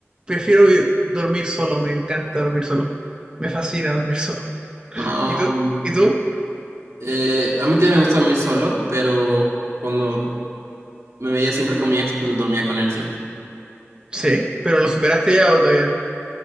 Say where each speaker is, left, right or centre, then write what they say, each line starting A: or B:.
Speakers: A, on the right (about 20°); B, on the right (about 80°).
A: prefiero vi- dormir solo, me encanta dormir solo. Me fascina dormir solo.
B: Um,
A: ¿Y tú? ¿Y tú?
B: eh, a mí también me gusta dormir solo, pero cuando me veía siempre con mi ex, pues dormía con él siempre.
A: Sí, pero ¿lo superaste ya o todavía no?